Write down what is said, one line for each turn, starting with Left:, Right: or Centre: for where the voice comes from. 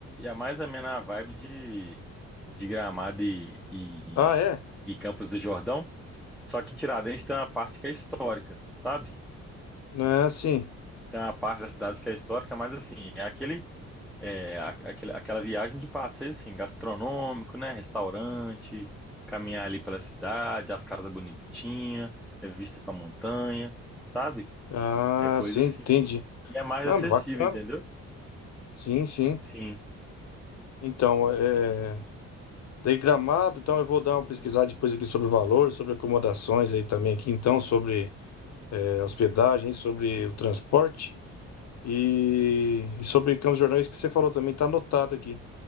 Centre: é mais ou menos a vibe de, de Gramado e, e,
Left: Ah, é?
Centre: e Campos do Jordão. Só que Tiradentes tem uma parte que é histórica, sabe?
Left: É, sim.
Centre: Tem uma parte da cidade que é histórica, mas assim, é aquele, é, a- aquele- aquela viagem de passeio, assim, gastronômico, né? Restaurante, caminhar ali pela cidade, as casas bonitinhas, é vista pra montanha, sabe?
Left: Ah,
Centre: É coisa
Left: sim,
Centre: assim.
Left: entendi.
Centre: E é mais
Left: Não,
Centre: acessível,
Left: mas bacana.
Centre: entendeu?
Left: Sim, sim.
Centre: Sim.
Left: Então, é... Daí Gramado, então eu vou dar uma pesquisada depois aqui sobre o valor, sobre acomodações aí também aqui, então, sobre é, hospedagem, sobre o transporte e, e sobre Campos Jordães que você falou também, tá anotado aqui.